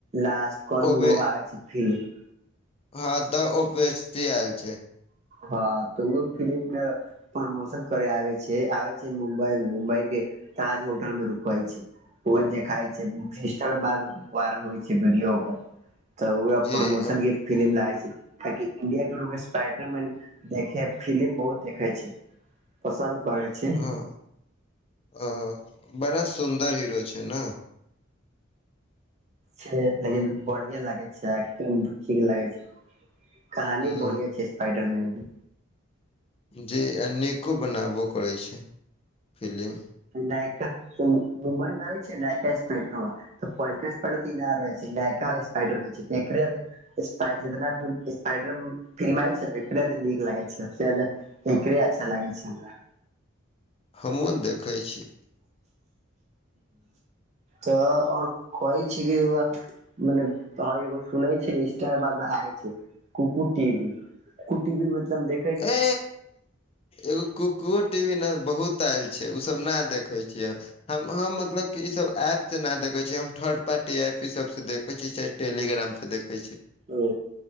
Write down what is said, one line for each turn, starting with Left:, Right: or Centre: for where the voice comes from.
Right: लास्ट कोन
Left: ओबे
Right: एगो आय छै फिल्म
Left: हँ त ओ बेस्टी आयल छै
Right: हँ तऽ ओहो फिल्म के प्रमोशन करे आबे छै आबै छै मुम्बई मे मुम्बई के ताज होटल मे रुकै छै ओहे देखाइ छै इंस्टाग्राम पर वायरल होय छै वीडियो ओकर तऽ ओहे
Left: जी
Right: प्रमोशन
Left: हम
Right: के फिल्म ला आए छै कियाकि इंडिया के लोग स्पाइ रमैन देखै फिलिम बहुत देखे छै पसन्द करै छै
Left: हँ अ बड़ा सुन्दर हीरो छै न
Right: छै लेकिन बढ़िया लागै छै एक्टिंग ठीक लागै छै कहानी
Left: ह
Right: बढ़िया छै स्पाइडर मैन मे
Left: जी आ नीको बनैबो करैत छै फिलिम
Right: नायका हक हुमान आय छै नक्पेड्रो तऽ पहिलका स्पइड त इ नहि रहै छै इ नहि एका स्पइड रहै छै तऽ एक स्पाड जितना भी स्पाइडर फिल्म आइ छै एखने त नीक लागै छै सबस ज्यादा एकरे अच्छा लागै छै हमरा
Left: हमहूँ देखै छी
Right: तऽ और कहै छी कि ओ मने त एगो सुनै छै इंस्टा बाद मे आइ छै कुकु टीवी कु टीवी मतलब देख
Left: ऐ एगो कुकुओ टीवी ने बहुत आयल छै ओ सब न देखे छियै हम हम मतलब कि ई सब ऐप से ना देखै छियै हम थर्ड पार्टी ऐप ई सब से देखे छियै टेलीग्राम पे देखै छी
Right: ओ